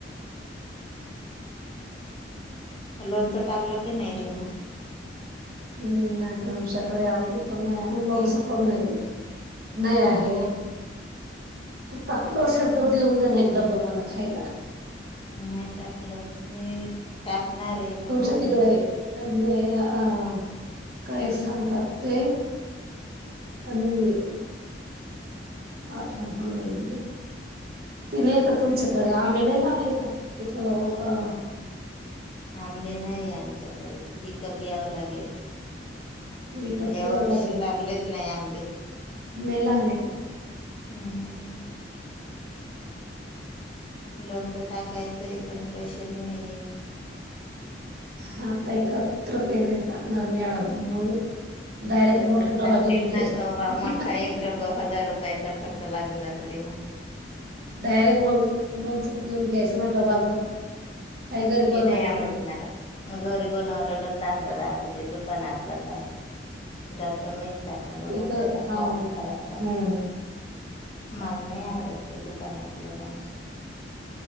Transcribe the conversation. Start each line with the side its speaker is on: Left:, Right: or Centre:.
Left: लोन तो टाकलं की नाही रिमा
Right: नाही नाही आमश ोडे आंब प नाही आहे लोकस
Left: हम्म
Right: पण नाही नाही आहे तू टाकलं असेल तर देऊन देण एक डब्बा मला खायला
Left: नाही टाकलं मी टाकणार आहे पण
Right: तुमच्या
Left: अजून
Right: तिकडे अ काय सांगतात ते आणि आठवण पण नाहील त ते नाही का तुमच्याकडे आंबे नाही लावलेय का तिथ अ
Left: आंबे नाहीय आमच्याकडे विकत घ्यावं लागेल
Right: क कप
Left: या
Right: घ
Left: वर्षी
Right: ला
Left: लागलेच नाही आंबे.
Right: म लागले का
Left: नाही लोन तर टाकायचं आहे पण पैसे बी नाहीये
Right: हाता एकत्र पेमेंट टाकणार मॅडम मग डायरेक्ट
Left: पेमेंट
Right: मोठा
Left: टाकतील
Right: डबा घेऊन घ्यायचा
Left: ना तर मोठा एक डब हजार रुपयाचा खर्च लागून जातो तरीमा
Right: डायरेक्ट मग लोन स ग्यास ना डबा काही घरी
Left: ते
Right: बनवायचं
Left: नाही आवडत
Right: मग
Left: मला घरी बनवलेलं चांगलं राहतं ते दुकानात लं काय जास्त मी त्या क बनून
Right: ते तर
Left: देता खाऊ
Right: हाव
Left: खराब लागतो
Right: हम्म
Left: मला नाही आवडत ते दुकानातलं लणच